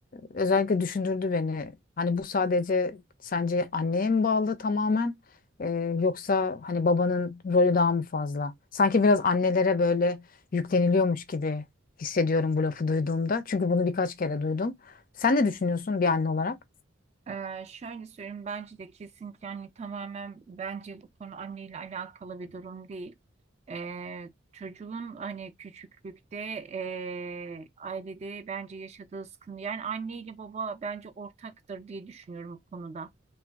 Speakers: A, on the left; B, on the right.
A: özellikle düşündürdü beni. Hani bu sadece sence anneye mi bağlı tamamen E, yoksa hani babanın rolü daha mı fazla? Sanki biraz annelere böyle yükleniliyormuş gibi hissediyorum bu lafı duyduğumda. Çünkü bunu birkaç kere duydum. Sen ne düşünüyorsun bir anne olarak?
B: Ee, şöyle söyleyeyim bence de kesinlikle hani tamamen bence bu konu anneyle alakalı bir durum değil. Ee, çocuğun hani küçüklükte ee, ailede bence yaşadığı sıkıntı yani anne ile baba bence ortaktır diye düşünüyorum bu konuda.